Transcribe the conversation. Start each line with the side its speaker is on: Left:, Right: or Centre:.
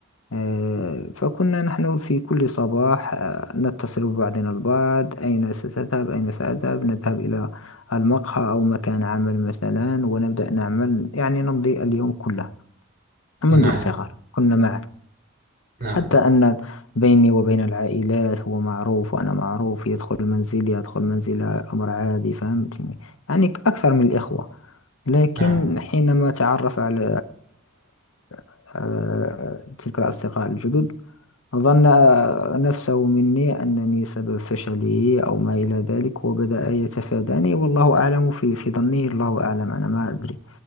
Left: آه، فكنا نحن في كل صباح آه، نتصل ببعضنا البعض أين ستذهب أين سأذهب نذهب إلى المقهى أو مكان عمل مثلا ونبدأ نعمل يعني نمضي اليوم كله منذ
Right: نعم
Left: الصغر كنا معا
Right: نعم
Left: حتى أن بيني وبين العائلات هو معروف وأنا معروف يدخل منزلي يدخل منزله أمر عادي فهمتني يعني ك- أكثر من الإخوة لكن
Right: نعم
Left: حينما تعرف على <laughs> تلك الأصدقاء الجدد ظن آه، نفسه مني أنني سبب فشله أو ما إلى ذلك وبدأ يتفاداني والله أعلم في في ظنه الله أعلم أنا ما أدري